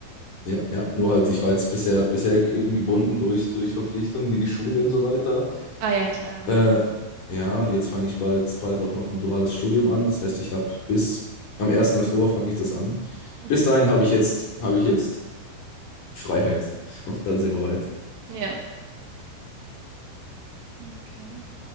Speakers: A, on the left (about 45°); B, on the right (about 65°).
A: ja, ja. Nur halt,
B: Hm.
A: ich war jetzt bisher, bisher eben gebunden durch, durch Verpflichtungen wie die Schule und so weiter.
B: Ah ja, klar,
A: Äh,
B: ja.
A: ja, und jetzt fange ich bald, bald auch noch ein duales Studium an. Das heißt, ich habe bis am ersten Oktober fange ich das an.
B: Mhm.
A: Bis dahin habe ich jetzt, habe ich jetzt Freiheit. Und dann sehen wir weiter.
B: Ja, okay.